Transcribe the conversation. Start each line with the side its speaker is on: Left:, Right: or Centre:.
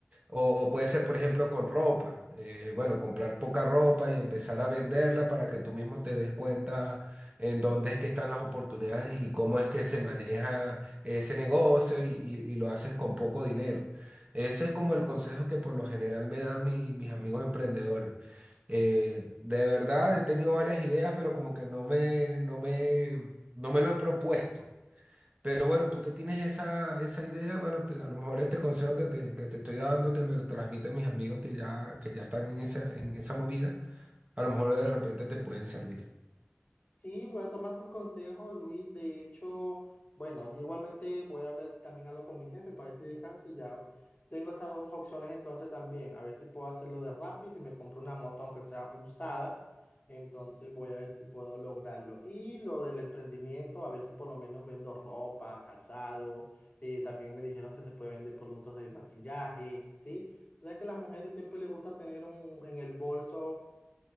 Right: O puede ser, por ejemplo, con ropa. Eh, bueno, comprar poca ropa y empezar a venderla para que tú mismo te des cuenta en dónde es que están las oportunidades y cómo es que se maneja ese negocio y, y- y lo haces con poco dinero. Eso es como el consejo que por lo general me dan mi- mis amigos emprendedores. Eh, de verdad, he tenido varias ideas, pero como que no me, no me, no me lo he propuesto. Pero bueno, tú que tienes esa, esa idea, bueno, te- a lo mejor este consejo que te, que te estoy dando, que me lo transmiten mis amigos que ya, que ya están en esa, en esa movida, a lo mejor de repente te pueden servir.
Left: Sí, voy a tomar tu consejo, Luis. De hecho, bueno, yo igualmente voy a hablar, si también algo con mi jefe para ver si descanso. Ya tengo esas dos opciones entonces también. A ver si puedo hacerlo de Rappi, si me compro una moto aunque sea usada. Entonces voy a ver si puedo lograrlo. Y lo del emprendimiento, a ver si por lo menos vendo ropa, calzado. eh, también me dijeron que se puede vender productos de maquillaje, ¿sí? O sea que a las mujeres siempre les gusta tener un, en el bolso